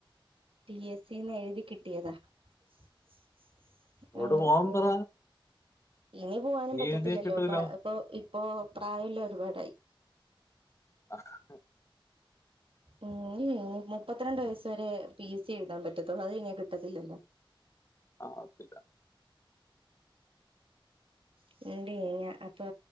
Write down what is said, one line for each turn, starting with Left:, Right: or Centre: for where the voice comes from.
Right: പിഎസിന്നെ എഴുതി കിട്ടിയതാ <inaudible>
Left: ഓളോട് പോവാൻ
Right: ഉം
Left: പറ
Right: ഇനി പോവാനും പറ്റത്തില്ലല്ലോ
Left: എഴുതിയാ കിട്ടുമല്ലോ
Right: പ്പ ഇപ്പോ ഇപ്പോ പ്രായല്ല ഒരുപാടായി
Left: അ ഹ്
Right: ഉം ഇനി മുപ്പത്ത്രണ്ട് വയസ് വരെ പിഎസ്സി എഴുതാൻ പറ്റത്തുള്ളൂ അത് കഴിഞ്ഞാ കിട്ടത്തില്ലല്ലോ
Left: ആവത്തില്ല <inaudible>
Right: <unintelligible> അപ്പൊ